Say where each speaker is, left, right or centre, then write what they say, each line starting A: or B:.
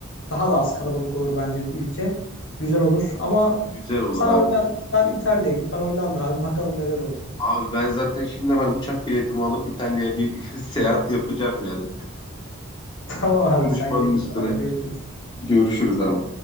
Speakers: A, on the left; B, on the left.
A: daha da az kalabalık olur bence ülke. Güzel olur ama
B: güzel olur
A: sen
B: abi.
A: Hollanda, sen İtalya'ya git ben Hollanda abi bakalım neler olacak.
B: Abi ben zaten şimdi hemen uçak biletimi alıp İtalya'ya bir <laughs> seyahat yapacağım yani.
A: <laughs> Tamam abi
B: Konuşmanın
A: sen git
B: üstüne.
A: o zaman görüşürüz.
B: Görüşürüz abi.